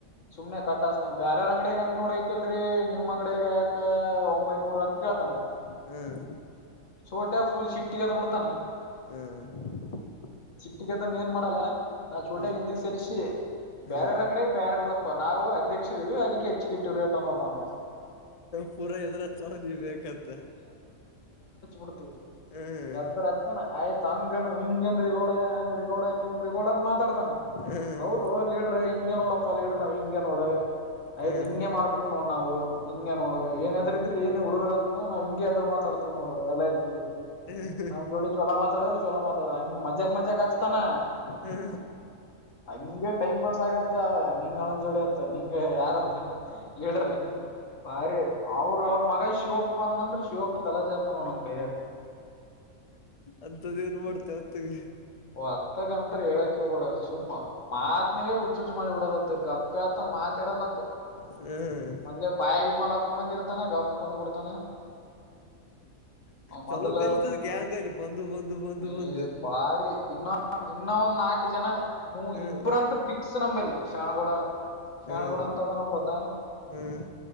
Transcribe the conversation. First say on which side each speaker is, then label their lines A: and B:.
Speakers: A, on the left; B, on the left.
A: ಸುಮ್ನೆ ಕಡ್ಡಸ್ತ ಬೇಯಾರ ಅಂಗಡಗ್ ಎಂಟನೂರ್ ಐತೆಲ್ರರಿ ನಿಮ್ ಅಂಗಡಗ ಯಾಕ ಒಂಬೈನೂರ ಅಂತ ಕೇಳ್ತಾನೆ
B: ಹ್ಮ್
A: ಚೊಟ್ಟ ಫುಲ್ ಸಿಟ್ಟಿಗೆ ಎದ್ದು ಬಿಡ್ತಾನೆ
B: ಹ್ಮ್
A: ಸಿಟ್ಟಿಗೆಗೆದ್ರೆ ಏನು ಮಾಡಲ್ಲ ನಾ ಚೂಟಾಗಿ
B: ಹ್ಮ್
A: ಹಿಂದಕ್ ಸರಿಸಿ
B: ಹ್ಮ್
A: ಬೇರೆರ ಅಂಗಡಿಯಾಗ ಬೇರ್ಯಾರ್ದಪ್ಪ ನಾವು ಅಧ್ಯಕ್ಷ ರೀ ಅದಕ್ಕೆ ಹೆಚ್ಚಗಿ ಇಟ್ಟಿವಿ ಅನ್ನೋದು ನಾನು
B: ಪೂರಾ ಎದ್ರ ಚಾವನಿ ಬೇಕಂತ
A: ಬಿಡ್ತವಿ
B: ಹ್ಮ್
A: ಎದ್ದ ಹಚ್ಚಣ ಆಯ್ತು ಹಂಗ ಹಿಂಗ ರಿಗೋಡ ಹಂಗರಿ ಕೋಡ ಹೆಂಗ ರರಿಗೋಡ ಮಾತಾಡ್ತಾನೆ
B: ಹ್ಮ್
A: ಹೌದು ಲೀಡ್ರ ಹಿಂಗ ನೋಡಪ್ಪಾ ಲೀಡ್ರ ನಾವ್ ಹಿಂಗಗೆ ನೋಡ್ ಆಯ್ತ್
B: ಹ್ಮ್
A: ಹಿಂಗಗೆ ಮಾಡ್ತೀವ್ ನೋಡ್ ನಾವು ಹಿಂಗ ನೋಡು ಏನ್ನದ್ರ ಇದ್ರ ಏನ ಹುಗರ ಅ ನಾವು ಹಿಂಗ ಅದ್ರ ಮಾತಾಡ್ತ ಎಲ್ಲಗ
B: ಹ್ಮ್
A: ನಮ ಜೋಡಿ ಚಲ ಮಾತಾಡ ಚಲ ಮಾತಾಡ ಹ ಮಜ್ಜಾಕ್ ಮಜ್ಜಕ್ ಹಚ್ತಾನ
B: ಹ್ಮ್
A: ಹ ಟೈಮ್ ಪಾಸ್ ಆಗತ್ತ ನಿಂಗ ಅಣಂದ ಜೋಡಿ ಆತ್ತ ಹಂಗ ಯಾರತ್ ಲೀಡರ್ ಬಾರಿ ಅವ್ರರು ಅವ್ರ ಮಗ ಶಿವಪ್ಪ ಬಂದಂದ್ರ ಶಿವಪ್ಪ ಕಲಸ ನಮ ಕೈಯಾಗ
B: ಅಂತದ ಏನ್ ಮಾಡ್ತೇವ ಹೊತ್ತಗೆ
A: ಹತ್ತಗಂತರ ಹೇಳಕ ಹೋಗ್ಬಾಡ ಸುಮ್ಮ ಮಾತ್ನಿಗೆ ಹುಚ್ಚುಹುಚ್ಚು ಮಾಡಿ ಬಿಡೋದು ಗಪ್ಪ ಆತಾನ ಮಾತಾಡಲತ್
B: ಹ್ಮ್
A: ಮೊದ್ಲೇ ಬಾಯ ಮಲ ಹಾಕೊಬಂದ ಇರ್ತಾನ ಗಪ್ಪ ಕುೂತ್ ಬಿಡ್ತಾನ ಮೊದ್ಲ
B: ಚಲೋ ಕಲಿತದ ಗ್ಯಾಂಗ್ ಅಲ್ಲಿ ಬಂದು ಬಂದು ಬಂದು
A: ಹೇ
B: ಬಂದು
A: ಬಾರಿ ಇನ್ನೊ ಇನ್ನೊ ಒಂದ್ ನಾಕು ಜನ ನೀ
B: ಹ್ಮ್
A: ಇಬ್ರಂತ್ ಫಿಕ್ಸ್ ನಂಬಲ್ಲಿ ಶಾಣ್ಗೂಡ ಶಣ್ಗುಡ
B: ಹ್ಮ್
A: ಅಂತ ಅದ ನೋ ಗೊತ್ತಾ
B: ಹ್ಮ್